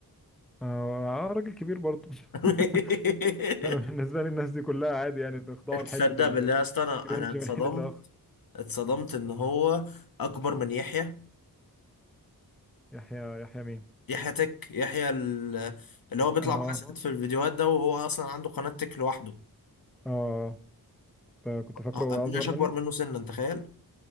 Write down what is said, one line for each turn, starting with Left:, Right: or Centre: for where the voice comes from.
Centre: اه آه، راجل كبير برضه
Left: <laughs>
Centre: <laughs> انا بالنسبه لي الناس دي كلها عادي يعني بيخضعوا لحته
Left: تصدق بالله يا اسطى انا
Centre: الكرنج
Left: انا اتصدمت
Centre: من حين لاخر
Left: اتصدمت ان هو اكبر من يحيى
Centre: يحيى يحيى مين
Left: يحيى تك يحيى ال- اللي هو بيطلع
Centre: اه
Left: معاه ساعات
Centre: نعم.
Left: في الفيديوهات ده وهو اصلا عنده قناه تك لوحده
Centre: اه آه، كنت فاكره
Left: اه ابويا
Centre: اصغر منه
Left: اكبر منه سنا انت تخيل